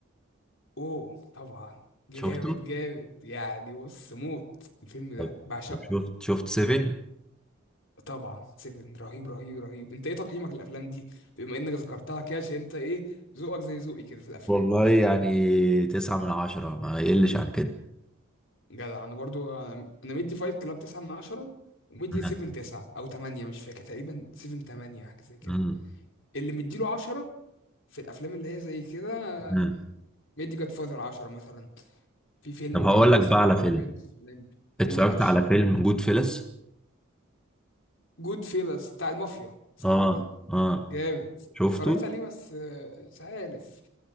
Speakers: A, on the left; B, in the centre.
A: اوه طبعا جامد
B: شفته
A: جامد يعني بص موت الفيلم ده
B: طب
A: بعشقه
B: طب شفت شفت سيفن
A: طبعا سيفن رهيب رهيب رهيب انت ايه تقييمك للافلام دي بما انك ذكرتها كده عشان انت ايه ذوقك زي ذوقي كده في الافلام
B: والله يعني تسعة من عشرة ما يقلش عن كده
A: جدع انا برضو انا أنا مدي فايت كلاب 9 من 10 ومدي
B: مم.
A: 7 9 او 8 مش فاكر تقريبا 7 8 حاجه زي كده
B: مم.
A: اللي مديله 10 في الافلام اللي هي زي كده
B: مم.
A: آم، مدي جاد فاذر 10 مثلا في فيلم
B: طب
A: برضو
B: هقول لك
A: اسمه
B: بقى على فيلم
A: سايلنس اوف لامب قول
B: اتفرجت
A: يا باشا
B: على فيلم جود فيلس
A: جود فيلز بتاع المافيا صح
B: اه
A: كده
B: اه
A: جامد
B: شفته
A: اتفرجت عليه بس آه، مش عارف